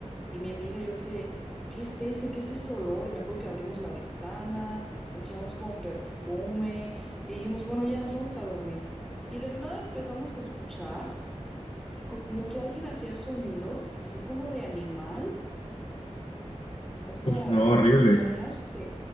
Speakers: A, in the centre; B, on the left.
A: Y mi amiga y yo así de, ¿qué es ese? ¿Qué es ese olor? Y me acuerdo que abrimos la ventana, echamos como perfume y dijimos, bueno, ya nos vamos a dormir. Y del nada empezamos a escuchar como que alguien hacía sonidos, así como de animal así como,
B: Uf, no, horrible.
A: como no sé,